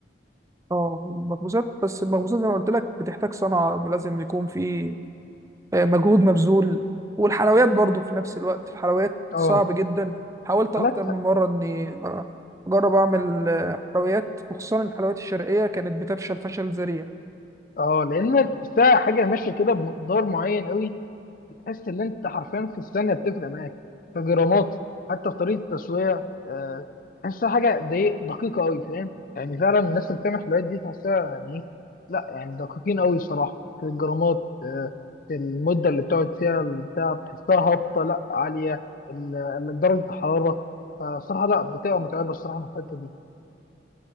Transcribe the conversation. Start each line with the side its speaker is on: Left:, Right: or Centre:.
Right: اه المخبوزات بس المخبوزات زي ما قلت لك بتحتاج صنعه لازم يكون في آه، مجهود مبذول والحلويات برضو في نفس الوقت الحلويات
Left: اه
Right: صعب جدا حاولت
Left: لا
Right: اكتر
Left: ت-
Right: من مره اني آه، اجرب اعمل آه، حلويات وخصوصا الحلويات الشرقيه كانت بتفشل فشل ذريع
Left: اه لان تحسها حاجه ماشيه كده بمقدار معين قوي تحس ان انت حرفيا في الثانيه بتفرق معاك كجرامات حتى في طريقه التسويه آه، تحسها حاجه دي دقيقه قوي فاهم يعني فعلا الناس اللي بتعمل حلويات دي تحسها يعني ايه لا يعني دقيقين قوي صراحه في الجرامات آه، في المده اللي بتقعد فيها البتاع بتحسها هابطه لا عاليه ال- ال- درجه الحراره فصراحه لا بتبقى متعبه الصراحه من الحته دي